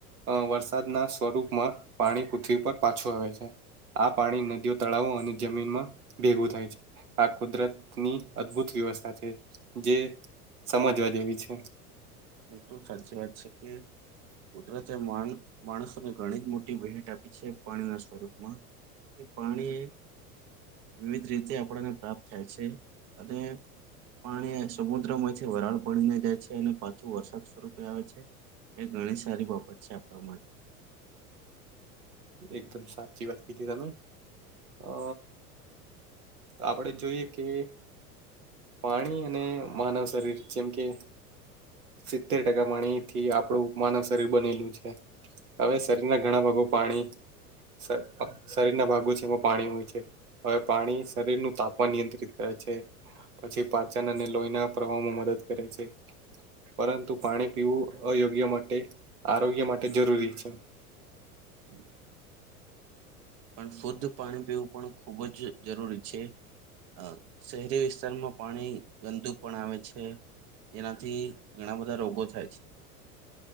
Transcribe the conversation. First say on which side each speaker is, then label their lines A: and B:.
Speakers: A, on the right (about 75°); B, on the right (about 35°).
A: અ વરસાદના સ્વરૂપમાં પાણી પૃથ્વી પર પાછું આવે છે. આ પાણી નદીઓ તળાવો અને જમીનમાં ભેગું થાય છે. આ કુદરત ની અદભુત વ્યવસ્થા છે જે સમજવા જેવી છે.
B: બિલકુલ સાચી વાત છે કે કુદરતે મણ માણસોને ઘણી જ મોટી ભેટ આપી છે પાણીના સ્વરૂપમાં પાણી એ વિવિધ રીતે આપણને પ્રાપ્ત થાય છે અને પાણી સમુદ્ર માંથી વરાળ પડીને જાય છે અને પ છી એ વરસાદ સ્વરૂપે આવે છે એ ઘણી સારી બાબત છે આપણા માટે
A: એકદમ સાચી વાત કીધી તમે અ આપણે જોઈએ કે પાણી અને માનવ શરીર જેમ કે સિત્તેર ટકા પાણીથી આપણું માનવ શરીર બનેલું છે. હવે શરીરના ઘણા ભાગો પાણી શ અ શરીર ના ભાગો છે એમાં પાણી હોય છે. હવે પાણી શરીર નું તાપમાન નિયંત્રિત કરે છે. પછી પાચન અને લોહીના પ્રવાહમાં મદદ કરે છે. પરંતુ પાણી પીવું અયોગ્ય માટે આરોગ્ય માટે જરૂરી છે.
B: <inaudible> પણ શુદ્ધ પાણી પીવું પણ ખુબ જ જરૂરી છે. અ શહેરી વિસ્તારમાં પાણી ગંદુ પણ આવે છે. એનાથી ઘણા બધા રોગો થાય છે.